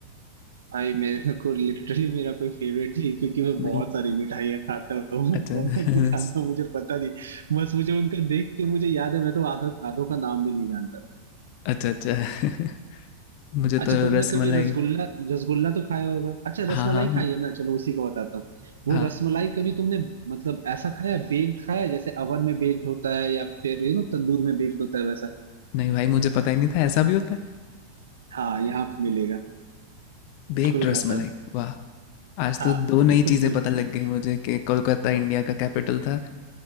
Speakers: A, on the right (about 65°); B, on the left (about 45°).
A: भाई मेरे को लिटरली मेरा कोई फेवरेट ही है, क्योंकि मैं बहुत
B: नहीं
A: सारी मिठाइयाँ खाता हूँ
B: अच्छा
A: और कौन
B: <laughs>
A: कौन सी खाता हूँ मुझे पता नहीं बस मुझे उनका देख के मुझे याद है मैं तो आधो आधो का नाम भी नहीं जानता
B: अच्छा अच्छा <laughs> मुझे तो
A: अच्छा तुमने
B: रसमलाई
A: कभी रसगुल्ला रसगुल्ला तो खाया होगा अच्छा रसमलाई
B: हाँ हाँ
A: खाई है ना चलो उसी का बताता हूँ वो
B: हाँ
A: रसमलाई कभी तुमने मतलब ऐसा खाया बेक्ड खाया जैसे अवन में बेक्ड होता है या फिर यू नो तंदूर में बेक्ड होता है वैसा
B: नहीं भाई मुझे पता ही नहीं था ऐसा भी होता है
A: हाँ यहाँ पे मिलेगा
B: बेक्ड
A: कोलकाता
B: रसमलाई
A: में
B: वाह आज
A: हाँ
B: तो दो नई
A: बेक्ड
B: चीजें पता लग गई मुझे कि कोलकाता इंडिया का कैपिटल था